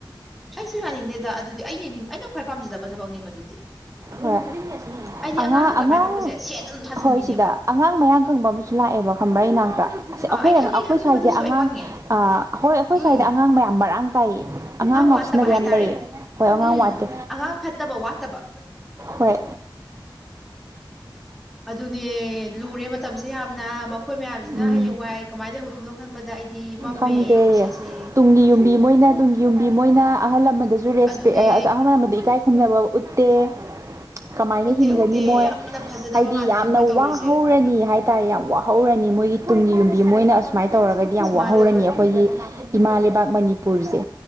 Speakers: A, in the centre; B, on the right (about 40°).
A: ꯑꯩꯁꯨ ꯌꯥꯅꯤꯡꯗꯦꯗ ꯑꯗꯨꯗꯤ ꯑꯩꯅꯅꯤꯡ ꯑꯩꯅ ꯈ꯭ꯋꯥꯏ ꯄꯥꯝꯖꯗꯕ ꯊꯕꯛꯅꯦ ꯃꯗꯨꯗꯤ
B: ꯍꯣꯏ
A: ꯑꯩꯗꯤ
B: ꯑꯉꯥꯡ
A: ꯑꯉꯥꯡꯅ ꯀꯃꯥꯏꯅ
B: ꯑꯉꯥꯡ
A: ꯇꯧꯕꯁꯦ ꯁꯦꯠꯅ ꯑꯗꯨꯝ ꯊꯥꯖꯤꯟꯕꯤꯅꯦꯕ
B: ꯍꯣꯏ ꯁꯤꯗ ꯑꯉꯥꯡ ꯃꯌꯥꯟ ꯀꯪꯕ ꯑꯃ ꯁꯨ ꯂꯥꯛꯑꯦꯕ ꯈꯝꯕ꯭ꯔꯥ ꯏꯅꯥꯛꯇ ꯑꯁ
A: ꯑꯥ
B: ꯑꯈꯣꯏ
A: ꯑꯩ
B: ꯑꯉꯡ
A: ꯈꯪꯉꯦ
B: ꯑꯩꯈꯣꯏ
A: ꯈꯪꯉꯦ
B: ꯁ꯭ꯋꯥꯏꯖꯦ
A: ꯃꯗꯨꯁꯨ
B: ꯑꯉꯥꯡ
A: ꯑꯩ ꯈꯪꯉꯦ
B: ꯑ ꯍꯣꯏ ꯑꯩꯈꯣꯏ
A: ꯎꯝ
B: ꯁ꯭ꯋꯥꯏꯗ ꯑꯉꯥꯡ ꯃꯌꯥꯝ ꯃꯔꯥꯡ ꯀꯥꯏꯌꯦ ꯑꯉꯥꯡ ꯉꯥꯎꯁꯤꯟꯅꯕ
A: ꯋꯥꯠꯇꯕ ꯍꯥꯏꯇꯥꯔꯦ
B: ꯌꯥꯝ ꯂꯩꯌꯦ ꯍꯣꯏ ꯑꯉꯥꯡ
A: ꯎꯝ
B: ꯋꯥꯠꯇꯦ
A: ꯑꯉꯥꯡ ꯐꯠꯇꯕ ꯋꯥꯠꯇꯕ
B: ꯍꯣꯏ
A: ꯑꯗꯨꯅꯦ ꯂꯨꯔꯦ ꯃꯇꯝꯁꯦ ꯌꯥꯝꯅ ꯃꯈꯣꯏ ꯃꯌꯥꯝꯖꯤ ꯑꯗꯨꯅ
B: ꯎꯝ
A: ꯍꯌꯦꯡ ꯋꯥꯏ ꯀꯃꯥꯏ ꯂꯩꯍꯣꯗꯨꯅꯣ ꯈꯟꯕꯗ ꯑꯩꯗꯤ ꯃꯝꯃꯦ
B: ꯈꯪꯗꯦ
A: ꯄꯨꯟꯁꯤꯁꯦ
B: ꯇꯨꯡꯒꯤ ꯌꯨꯝꯕꯤ ꯃꯣꯏꯅ ꯇꯨꯡ ꯌꯨꯝꯕꯤ ꯃꯣꯏꯅ ꯑꯍꯜ ꯂꯃꯟꯗꯁꯨ ꯔꯦꯁꯄꯦꯛ
A: ꯑꯗꯨꯅꯦ
B: ꯑꯍꯜ ꯂꯃꯗ ꯏꯀꯥꯏ ꯈꯨꯝꯅꯕ ꯎꯠꯇꯦ ꯀꯃꯥꯏꯅ
A: ꯎꯠꯇꯦ
B: ꯍꯤꯡꯒꯅꯤ
A: ꯎꯠꯇꯦ
B: ꯃꯣꯏ
A: ꯌꯥꯝꯅ ꯐꯖꯗꯕ
B: ꯍꯥꯏꯗꯤ
A: ꯉꯥꯛꯇꯅꯦ
B: ꯌꯥꯝꯅ
A: ꯃꯣꯏ
B: ꯋꯥ
A: ꯇꯧꯔꯤꯁꯦ
B: ꯍꯧꯔꯅꯤ
A: ꯑꯩꯈꯣꯏꯗ
B: ꯍꯥꯏ ꯍꯥꯏ ꯇꯥꯔꯦ ꯌꯥꯝ ꯋꯥꯍꯧꯔꯅꯤ ꯃꯣꯏꯒꯤ ꯇꯨꯡꯒꯤ ꯌꯨꯝꯕꯤ ꯃꯣꯏꯅ ꯑꯁꯨꯃꯥꯏꯅ ꯇꯧꯔꯒꯗꯤ ꯌꯥꯝ
A: ꯃꯥꯅꯦ
B: ꯋꯥꯍꯧꯔꯅꯤ
A: ꯃꯥꯅꯦ
B: ꯑꯩꯈꯣꯏꯒꯤ ꯏꯃꯥ ꯂꯩꯕꯥꯛ ꯃꯅꯤꯄꯨꯔꯁꯦ